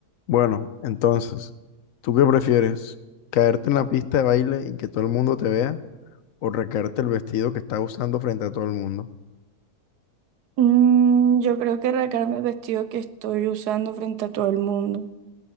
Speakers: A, on the left; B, on the right.
A: Bueno, entonces, ¿tú qué prefieres? ¿Caerte en la pista de baile y que todo el mundo te vea? ¿O recaerte el vestido que estás usando frente a todo el mundo?
B: Mm, yo creo que arrancarme el vestido que estoy usando frente a todo el mundo.